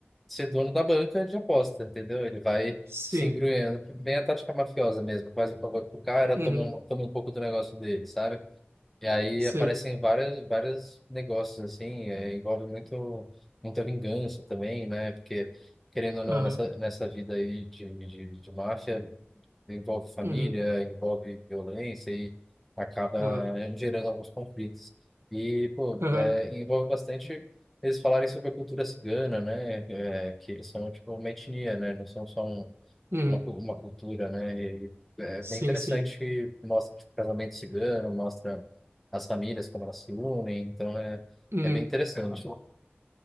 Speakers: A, in the centre; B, on the right.
A: ser dono da banca de aposta, entendeu? Ele vai
B: sim.
A: se engruendo, bem a tática mafiosa mesmo, faz um favor pro cara,
B: Uhum,
A: toma um, toma um pouco do negócio dele, sabe? E aí
B: sei.
A: aparecem várias, vários negócios assim, é, envolve muito, muita vingança também, né? Porque, querendo ou não,
B: Aham,
A: nessa, nessa vida aí de, de, de máfia, envolve família,
B: uhum,
A: envolve violência e acaba
B: claro.
A: eh, gerando alguns conflitos. E, pô,
B: Aham,
A: é, envolve bastante eles falarem sobre a cultura cigana, né? É, que eles são, tipo, uma etnia, né? Não são só um,
B: uhum,
A: uma, cu- uma cultura, né? E é
B: sim,
A: bem interessante,
B: sim.
A: que mostra tipo, o casamento cigano, mostra as famílias como elas se unem, então é,
B: Uhum,
A: é bem interessante.